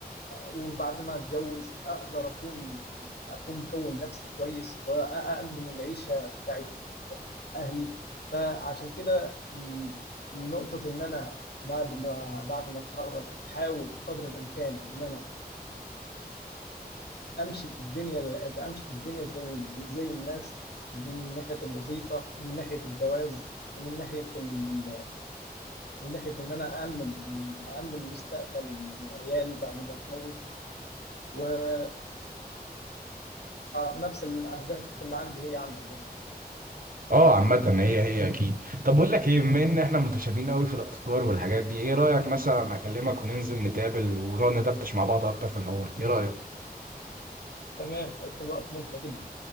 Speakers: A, on the left; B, on the right.
A: وبعد ما اتجوز اقدر اكون اكون مكون نفسي كويس وامن العيشه بتاعت اهلي فعشان كده م، نقطة ان انا بعد ما بعد ما اتخرج احاول قدر الامكان ان انا امشي في الدنيا امشي في الدنيا زي زي الناس من ناحية الوظيفة ومن ناحية الجواز ومن ناحية ال... من ناحية ان انا أأمن أأمن مستقبل عيالي بعد ما اتجوز واتوقع نفس الاهداف اللي عندي هي عندك برضه
B: اه عامة هي هي اكيد طب بقول لك ايه بما ان احنا متشابهين قوي في الافكار والحاجات دي ايه رأيك مثلا اكلمك وننزل نتقابل ونقعد ندردش مع بعض اكتر في الحوار ايه رأيك
A: تمام هيكون وقت ممتع جدا